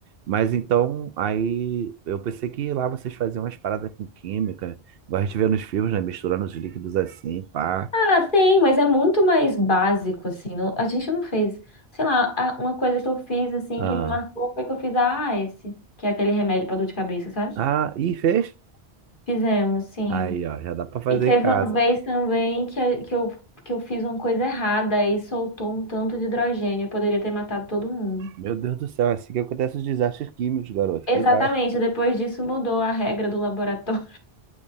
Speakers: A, on the right; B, on the left.
A: Mas então, aí eu pensei que lá vocês faziam umas paradas com química, igual a gente vê nos filmes, né? Misturando os líquidos assim, pá.
B: Ah, tem, mas é muito mais básico, assim. não- a gente não fez. Sei lá, a- uma coisa que eu fiz, assim,
A: Ah,
B: que me marcou foi que eu fiz a AS, que é aquele remédio pra dor de cabeça, sabe?
A: ah, e fez?
B: Fizemos, sim.
A: Aí, ó, já dá pra fazer
B: E teve
A: em casa.
B: uma vez também que, a- que, eu, que eu fiz uma coisa errada e soltou um tanto de hidrogênio. Eu poderia ter matado todo mundo.
A: Meu Deus do céu, é assim que acontece os desastres químicos, garoto.
B: Exatamente,
A: Cuidado.
B: depois disso mudou a regra do laboratório